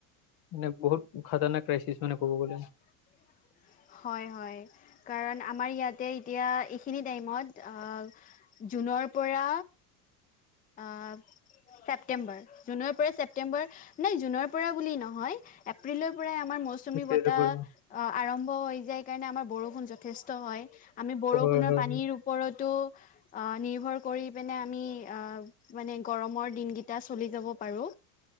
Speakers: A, on the left; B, on the left.
A: মানে বহুত খতৰনাক ক্ৰাইচিছ মানে ক'ব গলে
B: <unintelligible> হয়, হয়, কাৰণ আমাৰ ইয়াতে এতিয়া এইখিনি টাইমত, আ জুনৰ পৰা আ, ছেপ্টেম্বৰ। জুনৰ পৰা ছেপটেম্বৰ নে জুনৰ পৰা বুলি নহয় এপ্ৰিলৰ পৰাই আমাৰ মষ্ট চুমী
A: সেইটোৱেটো
B: বতাহ
A: বৰষুণ
B: অ আৰম্ভ হৈ যায় কাৰণে আমাৰ বৰষুণ য যথেষ্ট হয়, আমি বৰষুণৰ
A: হয় হয়
B: পানীৰ ওপৰতো আ নিৰ্ভৰ কৰি পিনে আমি, আ মানে গৰমৰ দিনকেইটা চলি যাব পাৰো।